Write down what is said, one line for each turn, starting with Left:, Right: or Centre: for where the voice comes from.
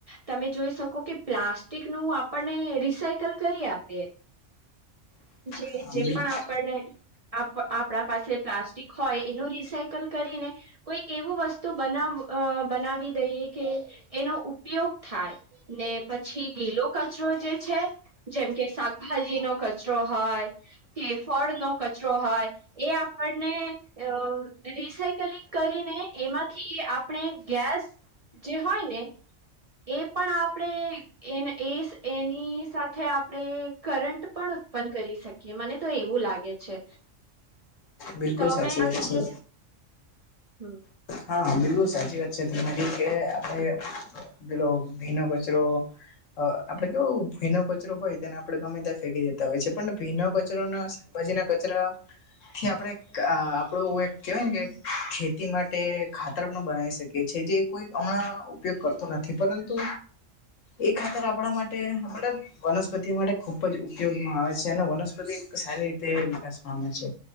Right: તમે જોઈ શકો કે પ્લાસ્ટિક નું આપણને રિસાયકલ કરી આપે. જે
Left: હા
Right: જે પણ આપણને આપ આપડા પાસે પ્લાસ્ટિક હોય એનું રિસાયકલ કરીને કોઈક એવું વસ્તુ બનાવ અહ બનાવી દઈએ કે એનો ઉપયોગ થાય ને પછી ગીલો કચરો જે છે જેમ કે શાકભાજી નો કચરો હોય તે ફળ નો કચરો હોય એ આપણને અહ રિસાયકલિંગ કરીને એમાંથી આપણે ગેસ જે હોય ને એ પણ આપડે એને એસ એની સાથે આપણેે કરંટ પણ ઉત્પન્ન કરી શક કે મને તો એવું લાગે છે.
Left: બિલકુલ
Right: તમે
Left: સાચી
Right: આ
Left: વાત
Right: વિશે
Left: છે.
Right: હમ્મ
Left: હા, બિલકુલ સાચી વાત છે તમારી કે આપડે બેલો ભીનો કચરો અહ આપડે કેવો ભીનો કચરો હોય, તેને આપડે ગમે તં ફેંકી દેતા હોય છે, પણ ભીનો કચરો ના ભજીના કચરા થી આપડે અહ આપણું એક કહેવાય ને કે ખેતી માટ તે ખાતર માં બનાવી શકે છે જે કોઈ હમણાં ઉપયોગ કરતો નથી પરંતુ એ ખાતર આપણા માટે મતલબ વનસ્પતિ માટે ખુબ જ ઉપયોગમાં આવે છે અને વનસ્પતિ સારી રીતે વિકાસ પામે છે.